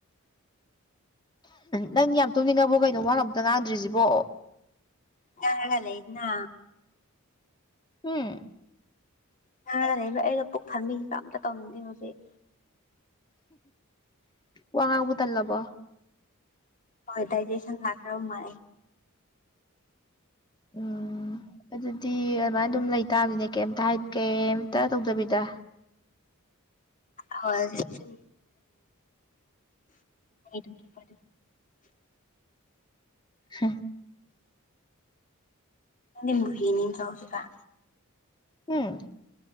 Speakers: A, on the left; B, on the left.
A: ꯅꯪ ꯌꯥꯝ ꯇꯨꯝꯅꯤꯡꯉꯕꯣ ꯀꯩꯅꯣ ꯋꯥ ꯉꯝꯇ ꯉꯥꯡꯗ꯭ꯔꯤꯁꯤꯕꯣ
B: ꯌꯥꯅ ꯂꯩꯅ
A: ꯎꯝ
B: ꯀꯅ ꯂꯩꯕ ꯑꯩꯩꯅ ꯄꯨꯛ ꯊꯥꯕꯤꯁꯤꯗ ꯑꯝꯇ ꯇꯧꯅꯤꯡꯗꯦ ꯍꯧꯖꯤꯛ
A: ꯋꯥꯉꯕꯨ ꯇꯜꯂꯕ
B: ꯍꯣꯏ ꯗꯗꯥꯏꯖꯦꯁꯟ ꯂꯥꯛꯈ꯭ꯔ ꯃꯥ
A: ꯎꯝ ꯑꯗꯨꯗꯤ ꯑꯗꯨꯃꯥꯏꯅ ꯑꯗꯨꯝ ꯂꯩꯇꯥꯥꯕꯅꯦ ꯀꯩꯝꯇ ꯀꯩꯝꯇ ꯇꯧꯗꯕꯤꯗ
B: ꯍ ꯁꯤꯁꯨ ꯀ
A: ꯍꯝ
B: ꯕꯨ ꯍꯤꯅꯤ ꯆꯥꯎꯁꯤꯒ
A: ꯎꯝ